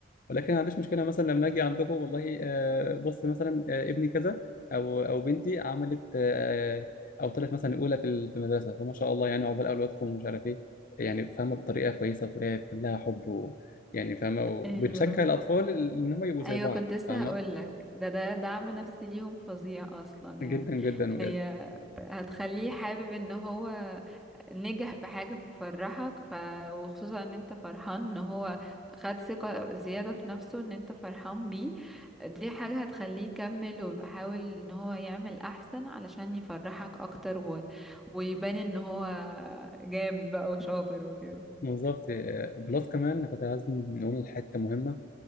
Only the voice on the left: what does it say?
ولكن ما عنديش مشكله مثلا لما اجي عندكم والله آه، بص مثلا آه، ابني كذا او او بنتي عملت آه، او طلعت مثلا اولى في ال- في المدرسه فما شاء الله يعني عقبال اولادكم ومش عارف ايه يعني فاهمه بطريقه كويسه بطريقه كلها حب و يعني فاهمه وبتشجع
الاطفال ان هم يبقوا زي
بعض
فاهمه
جدا جدا
بجد
بالظبط آه، بلس كمان كنت عايز نقول حته مهمه